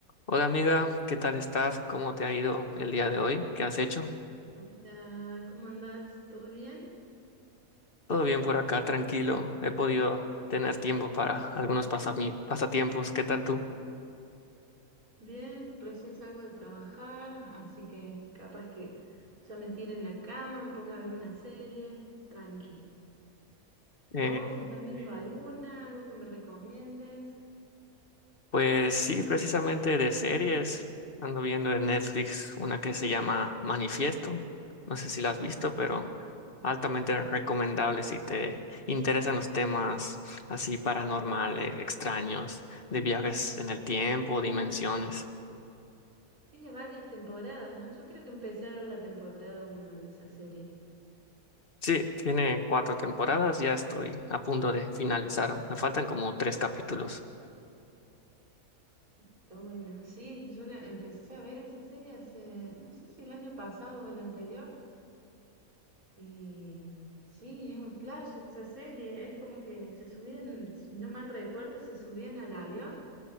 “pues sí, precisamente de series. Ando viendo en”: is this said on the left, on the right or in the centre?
Left